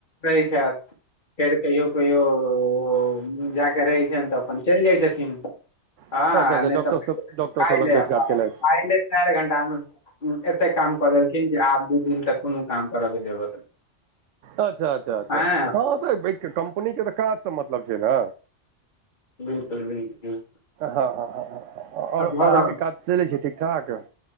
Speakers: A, on the left; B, on the right.
A: रहै छैथ। फेर कहियो-कहियो ओ जाके रहै छैन तऽ अपन चैल जाय छथिन। हां
B: अच्छा अच्छा
A: नै
B: डॉक्टर
A: ते फेर
B: सब डॉक्टर
A: खायले
B: सब लग भेट
A: हां
B: घाट केलथि
A: खायले। चाएर घण्टा मे उम्म एतेक काम कऽ देलखिन जे आब दू दिन तक कुनू काम करऽ के जरूरत
B: अच्छा अच्छा अच्छा
A: हँ
B: हां तऽ बे क कम्पनी के तऽ काज से मतलब छै नै।
A: बिल्कुल बिल्कुल
B: हां हां हां ह और अहाँ
A: भऽ रहल
B: के काज चलै छै ठीक-ठाक।